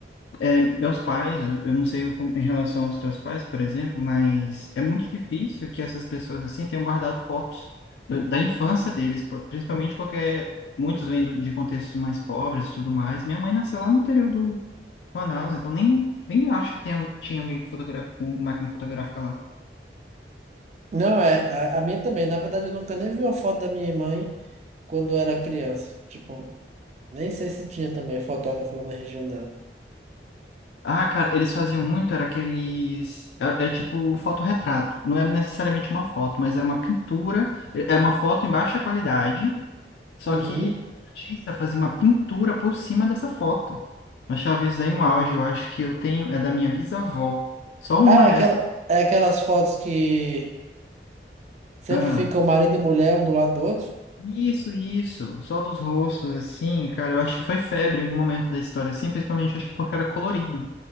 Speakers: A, on the left; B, on the right.
A: é, meus pais, eu eu não sei como- em relação aos teus pais, por exemplo, mas é muito difícil que essas pessoas assim tenham guardado fotos da da infância deles, po- principalmente porque muitos vêm do- de contextos mais pobres e tudo mais. Minha mãe nasceu lá no interior do Manaus, então nem, nem acho que tenha, tinha alguém com fotogra- com máquina fotográfica lá.
B: Não, é, a, a minha também. Na verdade, eu nunca nem vi uma foto da minha mãe quando eu era criança. Tipo, nem sei se tinha também fotógrafo lá na região dela.
A: Ah, cara, eles faziam muito, era aqueles. É, é tipo fotorretrato. Não era necessariamente uma foto, mas era uma pintura. e- Era uma foto em baixa qualidade, só
B: Uhum.
A: que o artista fazia uma pintura por cima dessa foto. Eu achava isso aí um auge. Eu acho que eu tenho. É da minha bisavó. Só uma
B: Ah, é,
A: dessas.
B: aquela, é aquelas fotos que sempre
A: Ah,
B: ficam marido e mulher um do lado do outro.
A: isso, isso. Só dos rostos, assim, cara. Eu acho que foi febre em algum momento da história, assim, principalmente acho que porque era colorido,